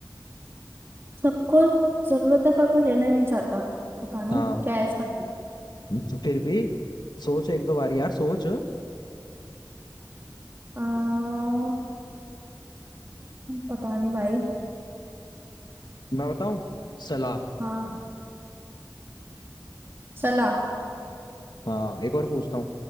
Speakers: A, on the right; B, on the left.
A: सबको जरूरत है पर कोई लेना नहीं चाहता पता नहीं
B: हाँ
A: क्या है इसका
B: तो फिर भी सोच एक दो बार यार सोच
A: आ, पता नहीं भाई
B: मैं बताऊं सलाह
A: हाँ सलाह
B: हाँ एक और पूछता हूँ